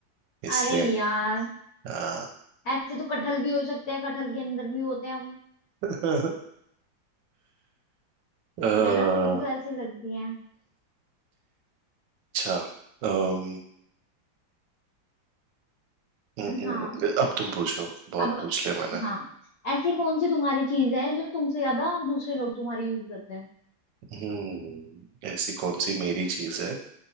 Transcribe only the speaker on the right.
इसलिए
हाँ
<laughs> अ, हम्म,
अच्छा अम्म, हम्म, हम्म,
अब तुम पूछो बहुत
पूछ लिया मैंने
हम्म ऐसी कौन सी मेरी चीज है